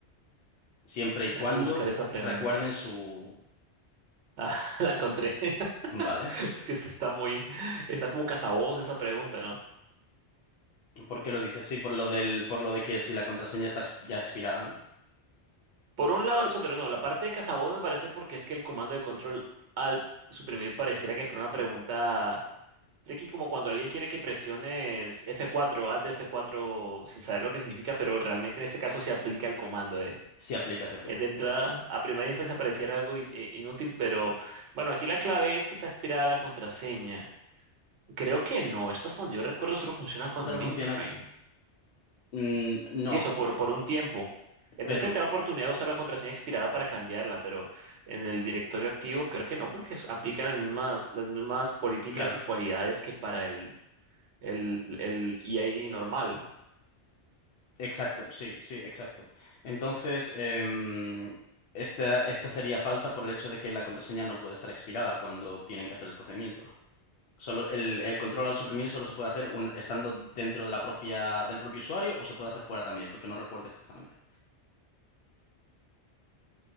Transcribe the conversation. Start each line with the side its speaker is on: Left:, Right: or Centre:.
Left: Siempre y
Right: Déjame
Left: cuando
Right: buscar esa pregunta.
Left: recuerden su...
Right: Ah, <laughs> la encontré. <laughs>
Left: Vale.
Right: Es que esta está muy, está como cazaboz esa pregunta, ¿no?
Left: ¿Por qué lo dices? Sí, por lo del, por lo de que si la contraseña está ex- ya expirada, ¿no?
Right: Por un lado eso, pero no, la parte de cazaboz me parece porque es que el comando de control al suprimir pareciera que fuera una pregunta Tricky como cuando alguien quiere que presiones F4, Alt F4, sin saber lo que significa, pero realmente en este caso se aplica el comando. eh.
Left: Sí aplica, sí aplica.
Right: Eh, De entrada, a primera instancia pareciera algo in- eh, inútil, pero bueno, aquí la clave es que está inspirada la contraseña. Creo que no, esto hasta donde yo recuerdo solo funciona con
Left: Solo
Right: mainframe.
Left: funciona... mm, no,
Right: Y eso por, por un tiempo. Eh,
Left: pero
Right: Me enfrenté a la oportunidad de usar la contraseña expirada para cambiarla, pero en el directorio activo creo que no, porque s- aplican las mismas, las mismas políticas
Left: claro.
Right: y cualidades que para el el, el EID normal.
Left: Exacto, sí, sí, exacto. Entonces, em, esta, esta sería falsa por el hecho de que la contraseña no puede estar expirada cuando tienen que hacer el procedimiento. Solo el, el control al suprimir solo se puede hacer un- estando dentro de la propia, del propio usuario o se puede hacer fuera también, porque no recuerdo exactamente.